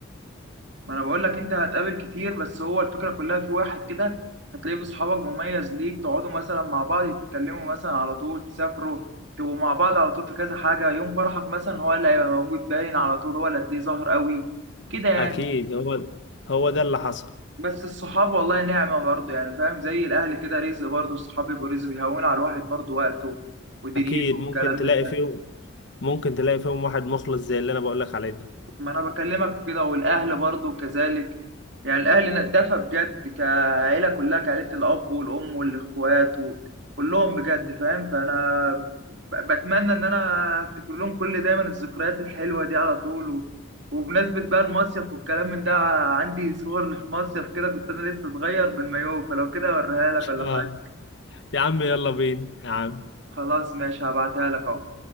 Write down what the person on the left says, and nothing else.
أكيد هو هو ده اللي حصل
أكيد ممكن
تلاقي
فيهم ممكن تلاقي فيهم واحد مخلص زي اللي أنا بقولك عليه ده
<laughs>
اه
يا عم يلا بينا يا عم